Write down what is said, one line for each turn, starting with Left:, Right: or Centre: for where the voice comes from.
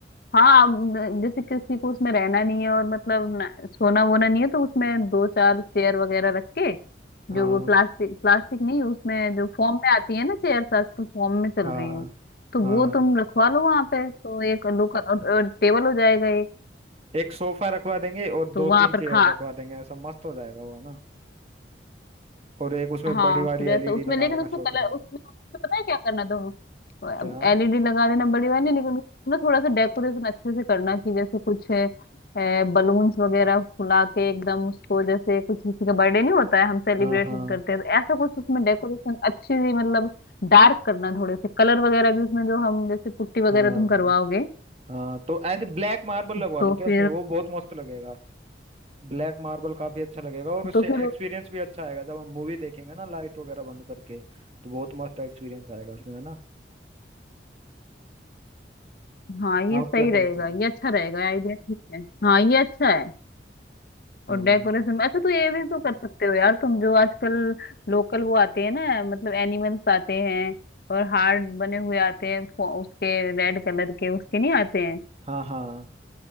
Left: हाँ अब जैसे किसी को उसमें रहना नहीं है और मतलब न- सोना वोना नहीं है तो उसमें दो चार चेयर वगैरह रख के
Right: हाँ
Left: जो वो प्लास्टिक प्लास्टिक नहीं उसमें जो फॉर्म में आती है ना चेयर्स आजकल फॉर्म में चल
Right: हाँ
Left: रही हैं तो
Right: हाँ
Left: वो तुम रखवा लो वहां पे तो एक लोकल और, और टेबल हो जाएगा एक
Right: एक सोफा रखवा देंगे और
Left: तो
Right: दो
Left: वहां
Right: तीन
Left: पर
Right: चेयर
Left: खा
Right: रखवा देंगे ऐसा मस्त हो जाएगा वो है ना और एक उसमें
Left: हाँ
Right: बड़ी वाली
Left: फिर ऐसा
Right: एलईडी
Left: उसमें
Right: लगाने
Left: लेकिन
Right: का
Left: उसमें
Right: सोच
Left: कलर
Right: रहा हूँ
Left: उसमें उसमें पता है क्या करना तो तो
Right: क्या
Left: एलईडी लगा देना बड़ी वाली लेकिन उसमें ना थोड़ा सा डेकोरेशन अच्छे से करना कि जैसे कुछ बलून्स वगैरह फुला के एकदम उसको जैसे कुछ किसी का बर्थडे नहीं होता है हम सेलिब्रेशन
Right: हाँ हाँ
Left: करते हैं तो ऐसा कुछ उसमें डेकोरेशन अच्छी सी मतलब डार्क करना थोड़े से कलर वगैरह भी उसमें जो हम जैसे पुट्टी वगैरह
Right: हाँ
Left: तुम करवाओगे
Right: हाँ तो ऐसे ब्लैक मार्बल
Left: तो
Right: लगवा लूँ क्या
Left: फिर
Right: उसमें वो बहुत मस्त लगेगा ब्लैक मार्बल काफी अच्छा लगेगा और उससे
Left: तो फिर
Right: एक्सपीरियंस भी अच्छा आएगा जब हम मूवी देखेंगे ना लाइट वगैरह बंद करके तो बहुत मस्त एक्सपीरियंस आएगा उसमें है ना
Left: हाँ ये
Right: आप
Left: सही
Right: क्या
Left: रहेगा
Right: सोचते हो
Left: ये अच्छा रहेगा आइडिया ठीक है हाँ ये अच्छा है
Right: हाँ
Left: और डेकोरेशन में अच्छा तो ये भी तो कर सकते हो यार तुम जो आजकल लोकल वो आते हैं ना मतलब एनिमल्स आते हैं और हार्ट बने हुए आते हैं फो- उसके रेड कलर के उसके नहीं आते हैं
Right: हाँ हाँ